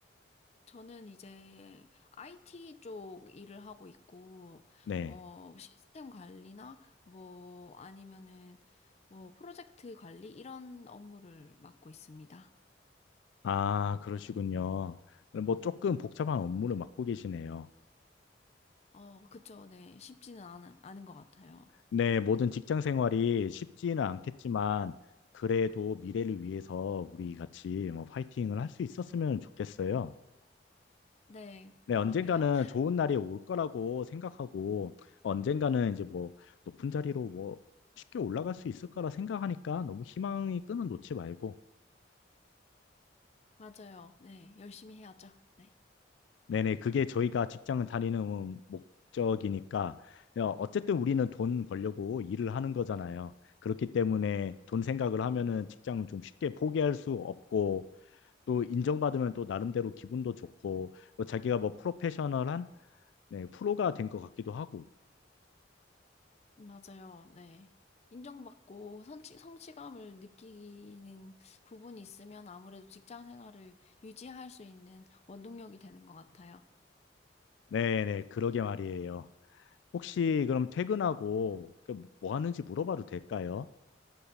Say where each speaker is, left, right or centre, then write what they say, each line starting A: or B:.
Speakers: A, on the left (about 35°); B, on the left (about 80°).
A: 저는 이제 IT 쪽 일을 하고 있고,
B: 네.
A: 어, 시스템 관리나, 뭐, 아니면은, 뭐, 프로젝트 관리, 이런 업무를 맡고 있습니다.
B: 아, 그러시군요. 뭐 조금 복잡한 업무를 맡고 계시네요.
A: 어, 그쵸. 네. 쉽지는 않, 않은 것 같아요.
B: 네, 모든 직장 생활이 쉽지는 않겠지만 그래도 미래를 위해서 우리 같이 뭐 파이팅을 할 수 있었으면 좋겠어요.
A: 네,
B: 네,
A: 그러게요.
B: 언젠가는
A: <laughs>
B: 좋은 날이 올 거라고 생각하고 언젠가는 이제 뭐 높은 자리로 뭐 쉽게 올라갈 수 있을 거라 생각하니까 너무 희망이 끊은 놓지 말고
A: 맞아요. 네. 열심히 해야죠. 네.
B: 네네, 그게 저희가 직장을 다니는 목적이니까, 어, 어쨌든 우리는 돈 벌려고 일을 하는 거잖아요. 그렇기 때문에 돈 생각을 하면은 직장을 좀 쉽게 포기할 수 없고, 또 인정받으면 또 나름대로 기분도 좋고, 뭐 자기가 뭐 프로페셔널한, 네, 프로가 된 것 같기도 하고.
A: 맞아요. 네. 인정받고 성취, 성취감을 느끼는 부분이 있으면 아무래도 직장 생활을 유지할 수 있는 원동력이 되는 것 같아요.
B: 네네, 그러게 말이에요. 혹시 그럼 퇴근하고 그뭐 하는지 물어봐도 될까요?